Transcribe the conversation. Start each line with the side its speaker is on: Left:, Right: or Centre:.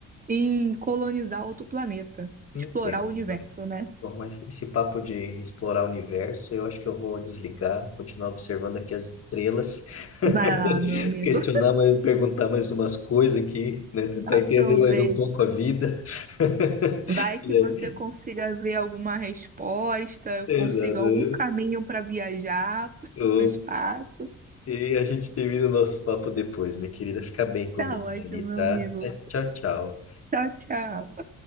Right: em colonizar outro planeta, explorar
Left: Entendo,
Right: o universo,
Left: Mari.
Right: né?
Left: Bom, mas esse papo de explorar o universo, eu acho que eu vou desligar, continuar observando aqui as estrelas, <laughs>
Right: Vai lá, meu amigo.
Left: questionar
Right: <laughs>
Left: mais, perguntar mais umas coisas aqui, né? Tentar entender
Right: Aproveita.
Left: mais um pouco a vida. <laughs>
Right: Vai que
Left: E aí,
Right: você consiga ver alguma resposta,
Left: Exato.
Right: consiga algum caminho para viajar <laughs>
Left: Ô,
Right: para o espaço.
Left: E a gente termina o nosso papo depois, minha querida. Fica bem com
Right: Tá
Left: Deus
Right: ótimo,
Left: aí,
Right: meu
Left: tá?
Right: amigo.
Left: Tchau, tchau.
Right: Tchau, tchau.